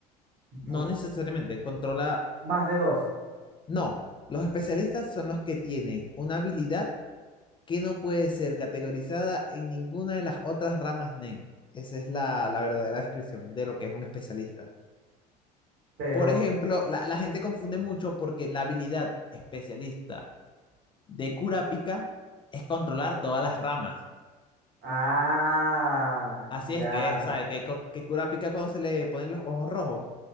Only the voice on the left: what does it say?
No
necesariamente, controla...
No, los especialistas son los que tienen una habilidad que no puede ser categorizada en ninguna de las otras ramas NEN. Esa es la, la verdadera descripción de lo que es un especialista.
Por ejemplo, la, la gente confunde mucho porque la habilidad especialista de Kurapika es controlar todas las ramas.
Así
es que, ¿sabes Que, Cor- que Kurapika cuando se le ponen los ojos rojos,